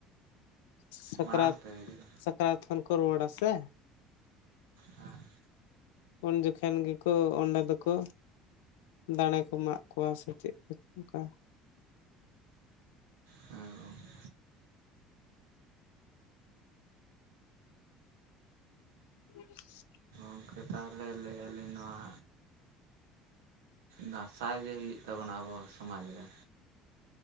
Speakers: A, on the left (about 80°); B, on the right (about 85°).
A: ᱥᱟᱠᱨᱟᱛ,
B: ᱢᱟᱲᱟᱝ ᱛᱮ ᱦᱩᱭᱩᱜᱼᱟ
A: ᱥᱟᱠᱨᱟᱛ ᱠᱷᱚᱱ ᱠᱚ ᱨᱩᱣᱟᱹᱲᱟ ᱥᱮ
B: ᱦᱟᱸ
A: ᱩᱱ ᱡᱚ ᱠᱷᱮᱱ ᱜᱮᱠᱚ ᱚᱸᱰᱮ ᱫᱚᱠᱚ ᱫᱟᱲᱮ ᱠᱚ ᱢᱟᱜ ᱠᱚᱣᱟ ᱥᱮ ᱪᱮᱫ ᱚᱱᱠᱟ᱾
B: ᱦᱮᱸ ᱜᱚᱝᱠᱮ,
A: <inaudible>
B: ᱜᱚᱸᱠᱮ ᱛᱟᱦᱚᱞᱮ ᱞᱟᱹᱭ ᱟᱹᱞᱤᱧ ᱱᱚᱣᱟ ᱫᱟᱸᱥᱟᱭ ᱡᱮ ᱦᱩᱭᱩᱜ ᱛᱟᱵᱚᱱᱟ ᱟᱵᱚ ᱥᱚᱢᱟᱡᱽ ᱨᱮ